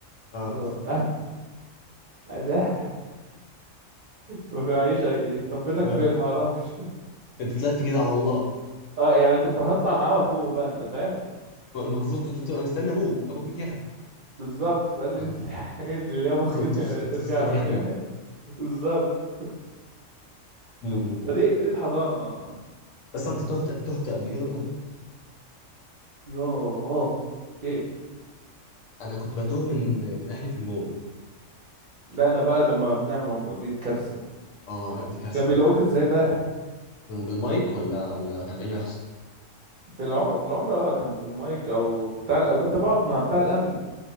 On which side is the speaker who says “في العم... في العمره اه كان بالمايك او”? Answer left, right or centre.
Right